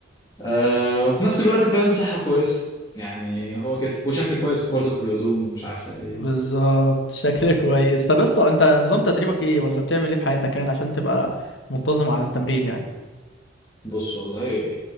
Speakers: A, on the left; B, on the left.
A: آه وفي نفس الوقت فاهم صحة كويسة يعني هو كده وشكل كويس برضه في الهدوم ومش عارف ايه
B: بالظبط شكلك كويس طب يا اسطى انت نظام تدريبك ايه ولا بتعمل ايه في حياتك يعني عشان تبقى منتظم على التمرين يعني
A: بص والله